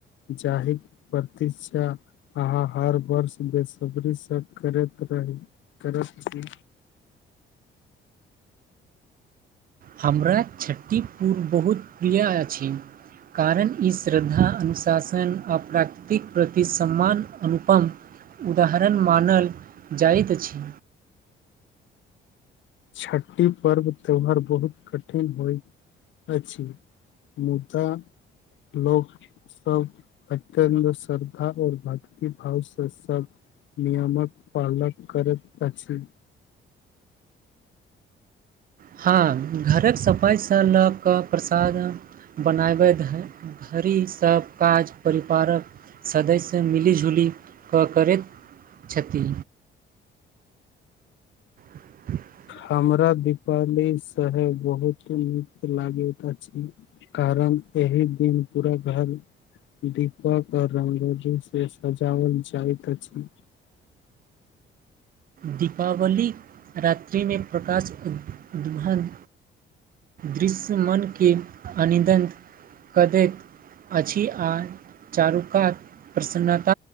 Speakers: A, on the left; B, on the right.
A: जाहिर परति आह हर बर्ष बेसबरी स इंतजार करैत अछि
B: हमरा छ्ठीपुजा बहुत प्रिय अछि कारण ई श्रद्धा अनुशासन आ प्राकृतिक प्रति सम्मान अनुपम उदाहरण मानल जाइत अछि
A: छ्ठी पर्व त्यौहार बहुत कठिन होइ अछि मुदा लोक सब अत्यन्त श्रद्धा आऔर भक्ति भाव से सब नियमक पालन करैत अछि
B: हँ, घरकऽ सफाइसँ लऽ कऽ प्रसाद बनाबैत हइ घरि सभ काज परिवारक सदस्य मिलिजुलि कऽ करैत छथि। <unintelligible>
A: हमरा दीपावलीसे बहुत नीक लागैत अछि। कारण एहि दिन पूरा घर। दीपक रंगगोलीसे सजाओल जाइत अछि।
B: दीपावली रातिमे प्रकाश उदभन। दृश्य मनके अनिदत करतै। अछि आ। चारुकात, प्रसन्नत